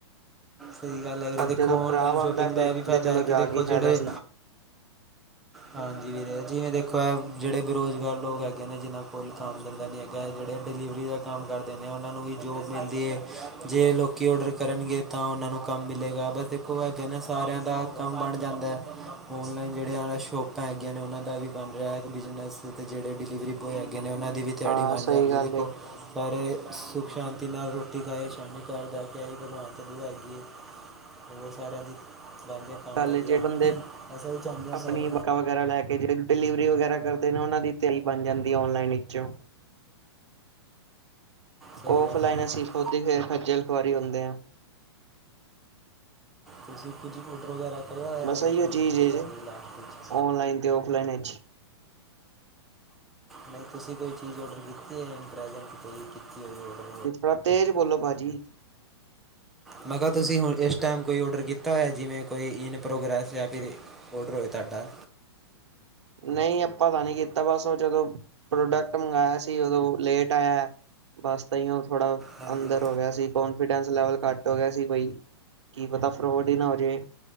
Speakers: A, in the centre; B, on the right.
A: ਸਹੀ ਗੱਲ ਐ ਵੀਰੇ,
B: ਪਰ
A: ਦੇਖੋ
B: ਜਦੋਂ ਖ਼ਰਾਬ
A: ਔਨਲਾਈਨ
B: ਆਉਂਦਾ
A: ਸ਼ੋਪਿੰਗ
B: ਫਿਰ
A: ਦਾ
B: ਕਹਿੰਦੇ
A: ਇਹ ਵੀ ਫਾਇਦਾ
B: ਚਲੋ
A: ਹੈ
B: ਜਾ
A: ਕਿ ਦੇਖੋ
B: ਕੇ ਫਾਇਦਾ
A: ਜਿਹੜੇ
B: ਸੀ
A: ਹਾਂਜੀ ਵੀਰੇ, ਜਿਵੇਂ ਦੇਖੋ ਐ ਜਿਹੜੇ ਬੇਰੁਜ਼ਗਾਰ ਲੋਕ ਹੈਗੇ ਨੇ ਜਿਹਨਾਂ ਕੋਲ ਕਾਮ-ਧੰਦਾ ਨੀ ਹੈ ਜਿਹੜੇ ਡਿਲੀਵਰੀ ਦਾ ਕੰਮ ਕਰਦੇ ਨੇ, ਉਹਨਾਂ ਨੂੰ ਵੀ ਜੋਬ ਮਿਲਦੀ ਏ, ਜੇ ਲੋਕ ਕੀ ਔਡਰ ਕਰਨਗੇ ਤਾਂ ਉਹਨਾਂ ਨੂੰ ਕੰਮ ਮਿਲੇਗਾ, ਬਸ ਇੱਕੋ ਹੈਗੇ ਨਾ ਸਾਰਿਆਂ ਦਾ ਕੰਮ ਬਣ ਜਾਂਦੈ। ਔਨਲਾਈਨ ਜਿੜੇ ਆ ਸ਼ੋਪਾਂ ਹੈਗੀਆਂ ਨੇ ਉਹਨਾਂ ਦਾ ਵੀ ਬਣ ਰਿਹਾ ਬਿਜ਼ਨਸ, ਤੇ ਜਿਹੜੇ ਡਿਲੀਵਰੀ ਬੌਯ ਹੈਗੇ ਨੇ ਉਹਨਾਂ ਦੀ ਵੀ ਦਿਹਾੜੀ
B: ਹਾਂ
A: ਬਣ
B: ਸਹੀ
A: ਜਾਂਦੀ
B: ਗੱਲ
A: ਏ, ਦੇਖੋ। ਸਾਰੇ ਸੁੱਖ-ਸ਼ਾਂਤੀ ਨਾਲ ਰੋਟੀ ਖਾਏ, ਸ਼ਾਮੀ ਘਰ ਜਾਕੇ ਆਈ ਭਗਵਾਨ ਤਾਂ ਦੁਆ ਹੈਗੀ ਏ। ਹੋਰ ਸਾਰਿਆਂ ਦੀ ਚਾਹੁੰਦੇ ਆ ਕੰਮ
B: ਗੱਲ
A: ਕਰ ਵਧੀਆ,
B: ਜਿਹੜੇ ਬੰਦੇ
A: ਅਸੀ ਵੀ ਚਾਹੁੰਦੇ ਆ
B: ਆਪਣੀ
A: ਸਾਰੇ।
B: ਬਕਾ ਵਗੈਰਾ ਲੈਕੇ, ਜਿਹੜੇ ਡਿਲੀਵਰੀ ਵਗੈਰਾ ਕਰਦੇ ਨੇ ਉਹਨਾਂ ਦੀ ਦਿਹਾੜੀ ਬਣ ਜਾਂਦੀ ਹੈ ਔਨਲਾਈਨ ਵਿੱਚੋਂ।
A: ਸਹੀ
B: ਔਫਲਾਈਨ
A: ਗੱਲ ਹੈ
B: ਅਸੀ ਖੁਦ ਹੀ ਫੇਰ, ਖੱਜਲ-ਖੁਆਰੀ ਹੁੰਦੇ ਆ।
A: ਤੁਸੀਂ ਕੁਝ ਔਡਰ ਵਗੈਰਾ ਕਰਿਆ ਹੋਇਆ,
B: ਬਸ ਇਹੀਓ
A: ਦੋ-ਤਿੰਨ
B: ਚੀਜ਼ ਹੈ
A: ਦਿਨਾਂ
B: ਜੇ
A: ਦੇ ਲਾਸਟ ਵਿੱਚ?
B: ਔਨਲਾਈਨ ਤੇ ਔਫਲਾਈਨ ਵਿੱਚ?
A: ਨਹੀਂ, ਤੁਸੀਂ ਕੋਈ ਚੀਜ਼ ਔਡਰ ਕੀਤੀ ਐ? ਪ੍ਰੈਜੈਂਟ 'ਹੀ ਕੀਤੀ। <unintelligible> ਔਡਰ
B: ਜੇ ਥੋੜਾ ਤੇਜ ਬੋਲੋ ਭਾਜੀ।
A: ਮੈਂ ਕਿਹਾ ਤੁਸੀਂ ਹੁਣ, ਇਸ ਟਾਈਮ ਕੋਈ ਔਡਰ ਕੀਤਾ ਹੋਇਆ? ਜਿਵੇਂ ਕੋਈ ਇਨ ਪ੍ਰੋਗਰੈਸ ਯਾ ਫਿਰ? ਔਡਰ ਹੋਏ ਤਾਡਾ।
B: ਨਹੀਂ, ਆਪਾਂ ਤਾਂ ਨਹੀਂ ਕੀਤਾ ਬਸ ਉਹ ਜਦੋਂ ਪ੍ਰੋਡਕਟ ਮੰਗਾਇਆ ਸੀ, ਉਦੋਂ ਲੇਟ ਆਇਆ। ਬਸ ਤਾਂਈ ਓ, ਥੋੜਾ
A: ਹਾਂਜੀ
B: ਅੰਦਰ ਹੋਗਿਆ ਸੀ, ਕੌਨਫੀਡੈਂਸ ਲੈਵਲ ਘੱਟ ਹੋਗਿਆ ਸੀ ਬਾਈ, ਕੀ ਪਤਾ ਫਰੌਡ ਈ ਨਾ ਹੋਜੇ।